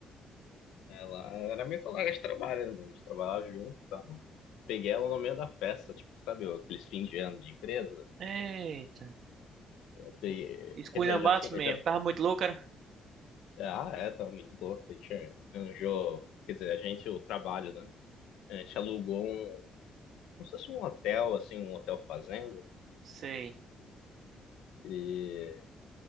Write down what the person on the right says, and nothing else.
Eita,
esculhambaço
mesmo.
Tava muito louco, cara?
Sei,